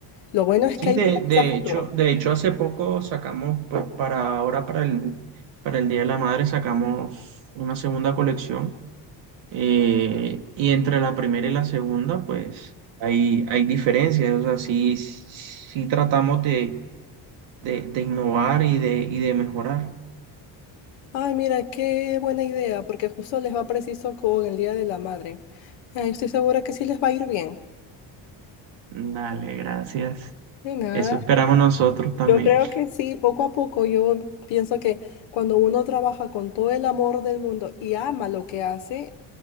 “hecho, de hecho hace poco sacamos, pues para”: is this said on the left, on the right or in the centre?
Right